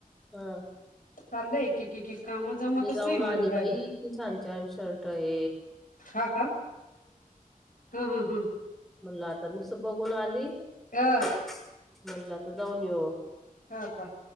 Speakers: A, in the centre; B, on the left.
A: हा
B: चाललंय एक एक एक काम जमतच
A: मी जाऊन
B: नाही माझं
A: आली
B: जायला
A: बाई इतकी छान छान शर्टय
B: हा का हा हा हं
A: म्हणलं आता नुस बघून आली, म्हणलं
B: अ,
A: आता जाऊन येऊ
B: का का